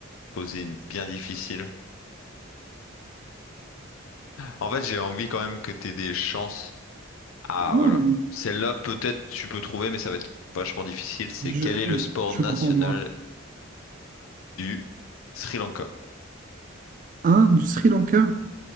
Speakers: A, on the left; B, on the right.
A: poser une bien difficile. En fait, j'ai envie quand même que t'aies des chances. Ah,
B: Non,
A: voilà. Celle-là, peut-être tu peux trouver, mais ça va être vachement difficile. C'est
B: je,
A: quel est le
B: je-
A: sport
B: je
A: national
B: crois en moi.
A: du Sri Lanka?
B: Hein, du Sri Lanka?